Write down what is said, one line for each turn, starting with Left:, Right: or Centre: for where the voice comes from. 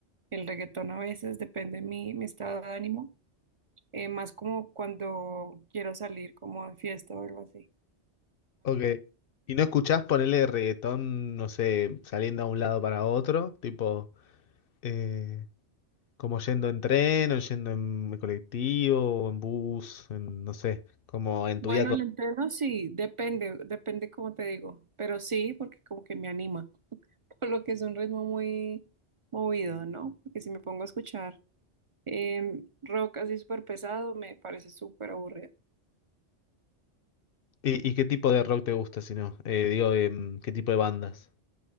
Right: el reggaetón a veces, depende mi, mi estado de ánimo, eh, más como cuando quiero salir como de fiesta o algo así.
Left: Ok. ¿Y no escuchás ponerle reggaetón, no sé, saliendo a un lado para otro? Tipo... eh, Como yendo en tren, o yendo en colectivo, o en bus, en, no sé, como en
Right: Bueno,
Left: tu vida. co-
Right: lentejas sí, depende, depende como te digo, pero sí, porque como que me anima, <laughs> por lo que es un ritmo muy movido, ¿no? Porque si me pongo a escuchar eh, rock así súper pesado, me parece súper aburrido.
Left: ¿Y, y qué tipo de rock te gusta, si no? Eh, digo, em, ¿qué tipo de bandas?